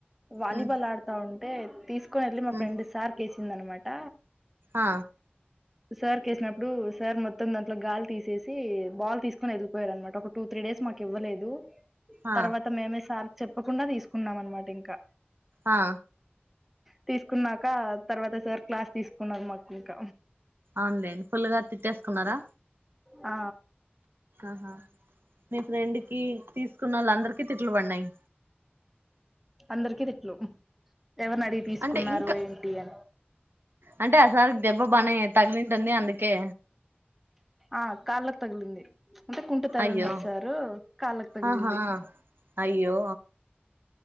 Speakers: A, in the centre; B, on the right (about 60°).
A: వాలీబాల్
B: ఉమ్,
A: ఆడ్తా ఉంటే తీస్కొన్ ఎళ్ళి మా
B: ఉమ్,
A: ఫ్రెండ్ సార్కేసిందన్మాట.
B: ఆ
A: సార్కేసినప్పుడు సార్ మొత్తం దాంట్లో గాల్ తీసేసి బాల్ తీస్కొని ఎల్లిపోయారన్నమాట ఒక టూ త్రీ డేస్ మాక్ ఇవ్వలేదు.
B: ఆ
A: తర్వాత మేమే సార్ చెప్పకుండా తీస్కున్నాం అన్మాట ఇంకా
B: ఆ
A: తీస్కున్నాక తర్వాత సార్ క్లాస్ తీస్కున్నారు మాకింక
B: ఆన్లైన్ ఫుల్గా తిట్టేస్కున్నారా
A: ఆ
B: ఆహా మీ ఫ్రెండ్కి తీస్కున్నోలందరికీ తిట్లు పడినయి
A: అందరికి తిట్లు ఎవర్నడిగి తీస్కున్నారు
B: అంటే ఇంకా
A: ఏంటి అని
B: అంటే ఆ సార్కి దెబ్బ బానే తగిలిటుంది అందుకే
A: ఆ కాళ్ళక్ తగిలింది. అంటే కుంటుతారన్నమాట
B: అయ్యో
A: సార్ కాళ్ళకు తగిలింది.
B: ఆహా అయ్యో